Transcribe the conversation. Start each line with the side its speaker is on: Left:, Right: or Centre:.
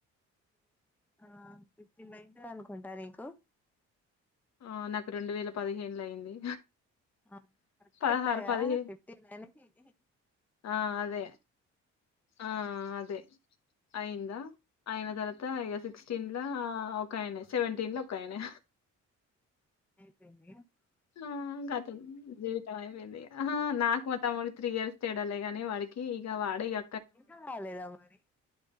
Centre: ఆ ఫిఫ్టీన్ నైన అనుకుంటా నీకు
Left: ఆ నాకు రెండు వేల పదిహేనులో అయింది
Centre: ఆ కరెక్ట్
Left: పదహారు
Centre: గా చెప్తావు కదా
Left: పదిహేను
Centre: ఫిఫ్టీ నైన్ కీ ఇది
Left: ఆ అదే ఆ అదే అయిందా అయిన తర్వాత ఇక సిక్స్టీన్లో ఒకయనే సెవెంటీన్లో ఒకయనే
Centre: అయిపొయింది
Left: ఆ ఖాయం జీవితం అయిపొయింది ఇంకా హ నాకు మా తమ్ముడు త్రీ ఇయర్స్ తేడాలే కానీ వాడికి ఇక వాడే ఇగ
Centre: ఇంకా కాలేదా మరి